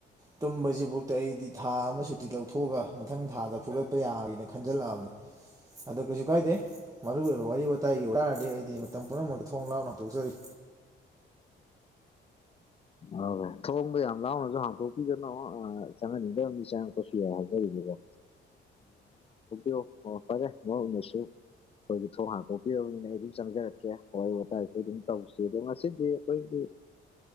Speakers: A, on the right; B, on the left.
A: ꯇꯨꯝꯕꯁꯤꯐꯥꯎꯗ ꯑꯩꯗꯤ ꯊꯥ ꯑꯃ ꯁꯨꯇꯤ ꯂꯧꯊꯣꯛꯑꯒ ꯃꯊꯪ ꯊꯥꯗ ꯐꯨꯒꯠꯄ ꯌꯥꯔꯤꯅ ꯈꯟꯖꯜꯂꯛꯑꯕꯅꯤ ꯑꯗꯣ ꯀꯩꯁꯨ ꯀꯥꯏꯗꯦ ꯃꯔꯨ ꯑꯣꯏꯕ ꯋꯥꯔꯤ ꯋꯥꯇꯥꯏꯒꯤ ꯑꯣꯏꯔꯗꯤ ꯑꯩꯗꯤ ꯃꯇꯝ ꯄꯨꯝꯅꯃꯛꯇ ꯊꯣꯡ ꯂꯥꯎꯅ ꯇꯧꯖꯔꯤ
B: ꯑꯣꯏ ꯊꯣꯡꯗ ꯌꯥꯝ ꯂꯥꯎꯅꯁꯨ ꯍꯥꯡꯇꯣꯛꯄꯤꯒꯅ ꯆꯪꯍꯟꯅꯤꯡꯗꯕ ꯃꯤ ꯆꯪꯉꯛꯄꯁꯨ ꯌꯥꯎ ꯍꯥꯏꯖꯔꯤꯕꯀꯣ ꯍꯣꯛ ꯀ ꯐꯔꯦ ꯃꯣꯏ ꯅꯁꯨ ꯑꯩꯈꯣꯏꯒꯤ ꯊꯣꯡ ꯍꯥꯡꯇꯣꯛꯄꯤꯔꯕꯅꯤꯅ ꯑꯩ ꯑꯗꯨꯝ ꯆꯪꯖꯔꯛꯀꯦ ꯋꯥꯔꯤ ꯋꯇꯥꯏꯁꯨ ꯑꯗꯨꯝ ꯇꯧꯁꯤ ꯑꯗꯣ ꯉꯁꯤꯗꯤ ꯑꯩꯈꯣꯏꯒꯤ